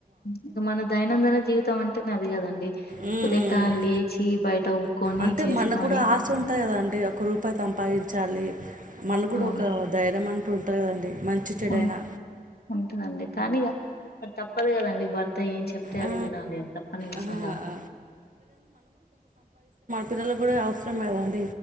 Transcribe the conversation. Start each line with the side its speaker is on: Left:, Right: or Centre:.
Left: ఇగ మన దైనందిన జీవితం అంటే అది కదండి
Right: ఉమ్,
Left: ఉదయకాలం
Right: ఉమ్, ఉమ్.
Left: లేచి బయట ఊక్కొని
Right: అంటే
Left: చేసుకొని
Right: మనకు కూడా ఆశ ఉంటుంది కదా అండి ఒక రూపాయి సంపాదించాలి మన కూడా
Left: అవును
Right: ఒక ధైర్యం అంటూ ఉంటాది కదండి మంచి చెడైనా
Left: ఉ ఉంటదండి కానీగ తప్పదు కదండి భర్త ఏం చెప్తే అది
Right: ఆ,
Left: వినాలి తప్పని విషయం
Right: ఆ,
Left: కదా
Right: ఆ. పిల్లలలు కూడా అవసరం లే కద అండి